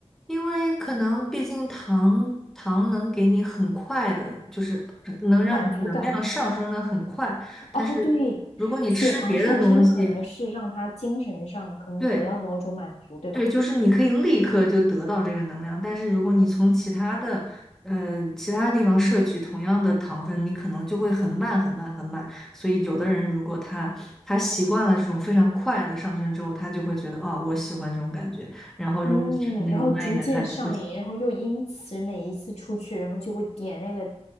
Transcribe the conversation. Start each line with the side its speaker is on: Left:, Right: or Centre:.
Centre: 因为可能毕竟糖糖能给你很快的，就是能让你能量上升的很快，
Left: 满足感吗？
Centre: 但是如果你吃别的东西，
Left: 哦，对，血糖上升可能是让他精神上可能得到某种满足，
Centre: 对，
Left: 对吧？
Centre: 对，就是你可以立刻就得到这个能量，但是如果你从其他的，呃，其他地方摄取同样的糖分，你可能就会很慢、很慢、很慢。所以，有的人如果他他习惯了这种非常快的上升之后，他就会觉得啊、我喜欢这种感觉。然后，
Left: 嗯，
Centre: 如果是那种慢一点，
Left: 然后逐渐上瘾，
Centre: 他就不行。
Left: 然后又因此每一次出去，然后就会点那个